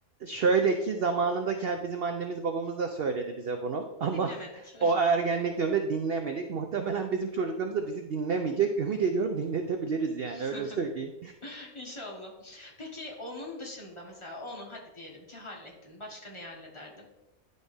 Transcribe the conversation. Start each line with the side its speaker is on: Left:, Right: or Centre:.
Right: şöyle ki zamanında ke- bizim annemiz babamız da söyledi bize bunu <laughs> ama
Left: <laughs> Dinlemedik.
Right: o ergenlik döneminde dinlemedik. Muhtemelen bizim çocuklarımız da bizi dinlemeyecek. Ümit ediyorum dinletebiliriz yani
Left: <laughs>
Right: öyle söyleyeyim.
Left: İnşallah. Peki onun dışında mesela onu hadi diyelim ki hallettin. Başka neyi hallederdin?